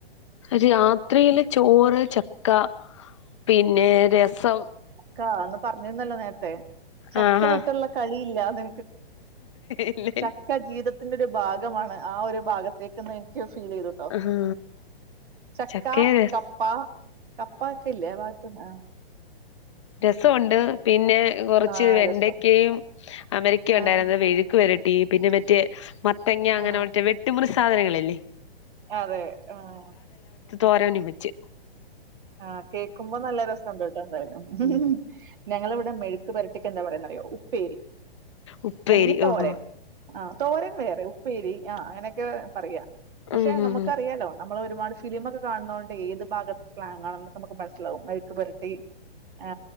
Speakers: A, on the left (about 30°); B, on the right (about 55°).
A: രാത്രിയില് ചോറ് ചക്ക പിന്നെ രസം
B: കാന്ന് പറഞ്ഞിരുന്നല്ലോ നേരാ ത്തെ ചക്ക
A: ആ ആ
B: വിട്ടുള്ള കളി ഇല്ല അത്
A: ഇല്ല
B: ചക്ക
A: ഇല്ല
B: ജീവിതത്തിന്റെ ഒരു ഭാഗമാണ് ആ ഒരു ഭാഗത്തേക്ക്ന്ന് എനിക്ക് ഫീൽ ചെയ്തുട്ടോ
A: ആ
B: ചക്ക
A: ചക്കയും രസ
B: കപ്പ കപ്പ ഇല്ലേ ആ ഭാഗത്ത്‌ന്ന്
A: രസമുണ്ട് പിന്നെ കുറച്ച്
B: ആ
A: വെണ്ടക്കയും
B: രസം
A: അമരക്കയും
B: ആ
A: ഉണ്ടായിരുന്നത് വെഴുക്ക് വരട്ടി ട്ടി പിന്നെ മറ്റേ മത്തങ്ങ അങ്ങനെ
B: ആ
A: വെട്ടുമൂറി സാധനങ്ങളല്ലേ
B: അതെ ആഹ്
A: തോരനും വെച്ച്.
B: ആഹ് കേൾക്കുമ്പോ നല്ല രസണ്ട് ണ്ടായ്ര്ന്നു
A: ഉം.
B: ഞങ്ങളവിടെ മെഴുക്കു പരട്ടി എന്താ പറയാന്നറിയോ ഉപ്പേരി
A: ഉപ്പേരി
B: അല്ലെങ്കിൽ തോരൻ
A: ഓഹോ
B: ആ തോരൻ വേറെ ഉപ് പേരി ആ അങ്ങനെക്കെ പറയാ പക്ഷെ
A: ഉം
B: നമുക്കറിയാലോ
A: ഉം ഉം
B: നമ്മളൊരുപാട് ഫിലിമൊക്കെ കാണുന്നോണ്ടെ ഏത് ഭ സ്ലാങ്ങാണക്കെ നമുക്ക് മനസ്സിലാവും മെഴക്കു പുരട്ടി ആ്